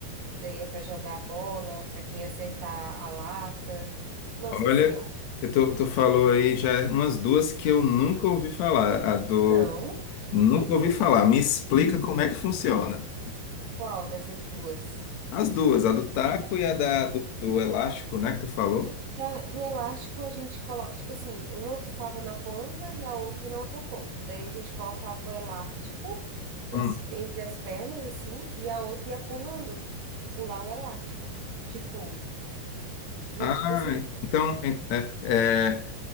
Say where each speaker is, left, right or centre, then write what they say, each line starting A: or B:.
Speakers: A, on the right; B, on the left.
A: Que daí é para jogar a bola, para quem acertar a lata. Nossa,
B: Olha,
A: assim, ó,
B: eu tô- tu falou aí já umas duas que eu nunca ouvi falar. A do.
A: não,
B: Nunca ouvi falar. Me explica como é que funciona.
A: qual dessas duas?
B: As duas, a do taco e a da, do, do elástico, né, que tu falou?
A: E da- do elástico a gente coloca, tipo assim, uma ficava na ponta e a outra na outra ponta. Daí a gente colocava o elástico esse-
B: Hum.
A: entre as pernas, assim, e a outra ia pulando, pular o elástico. Tipo, ia
B: Ah,
A: tipo assim,
B: então é- é-